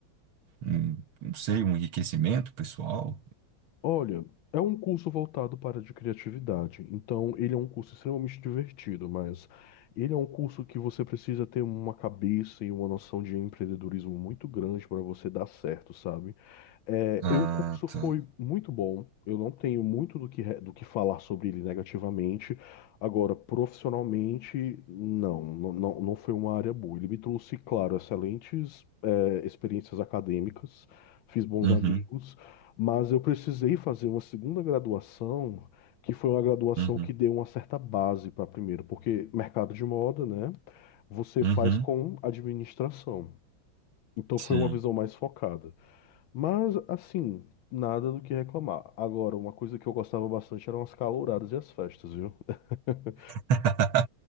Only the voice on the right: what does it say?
um, não sei, um enriquecimento pessoal?
Ah,
tá.
Uhum,
uhum,
uhum.
Sim.
<laughs>